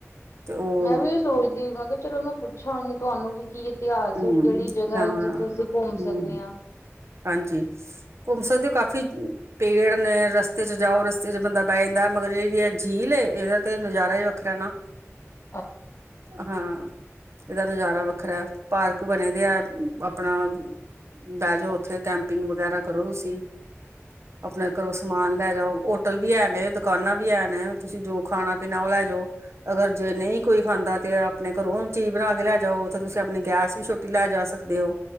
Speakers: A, on the right; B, on the left.
A: ਤੇ ਉਹ
B: ਮੈਂ ਵੀ ਇਹ ਸੋਚਦੀ ਮੈਂ ਕਿਹਾ ਚਲੋ ਮੈਂ ਪੁੱਛਾਂਗੀ ਤੁਹਾਨੂੰ ਕੀ ਇਤਿਹਾਸਕੀ
A: ਹਮ
B: ਕਿਹੜੀ ਜਗ੍ਹਾ
A: ਹਾਂ
B: ਹੈ ਜਿੱਥੇ ਅਸੀਂ ਘੁੰਮ
A: ਹਮ
B: ਸਕਦੇ ਹਾਂ।
A: ਹਾਂਜੀ ਘੁੰਮ ਸਕਦੇ ਓ ਕਾਫ਼ੀ ਪੇੜ ਨੇ ਰਸਤੇ ਚ ਜਾਓ ਰਸਤੇ ਚ ਬੰਦਾ ਬਹਿ ਜਾਂਦਾ ਮਗਰ ਜਿਹੜੀ ਹੈ ਝੀਲ ਇਹਦਾ ਤੇ ਨਜ਼ਾਰਾ ਹੀ ਵੱਖਰਾ ਨਾ।
B: <inaudible>
A: ਹਾਂ ਇਹਦਾ ਨਜ਼ਾਰਾ ਵੱਖਰਾ। ਪਾਰਕ ਬਣੇ ਦੇ ਆ ਆਪਣਾ ਬਹਿ ਜਾਓ ਉੱਥੇ ਕੈਂਪਿੰਗ ਵਗੈਰਾ ਕਰੋ ਤੁਸੀਂ ਆਪਣੇ ਘਰੋਂ ਸਮਾਨ ਲੈ ਜਾਓ। ਹੋਟਲ ਵੀ ਹੈ ਨੇ ਦੁਕਾਨਾਂ ਵੀ ਹੈ ਨੇ ਤੁਸੀਂ ਜੋ ਖਾਣਾ ਪੀਣਾ ਉਹ ਲੈ ਜਾਓ। ਅਗਰ ਜੇ ਨਹੀਂ ਕੋਈ ਖਾਂਦਾ ਤੇ ਆਪਣੇ ਘਰੋਂ ਚੀਜ਼ ਬਣਾ ਕੇ ਲੈ ਜਾਓ ਉੱਥੇ ਤੁਸੀਂ ਅਪਣੀ ਗੈਸ ਵੀ ਛੋਟੀ ਲੈ ਜਾ ਸਕਦੇ ਹੋ।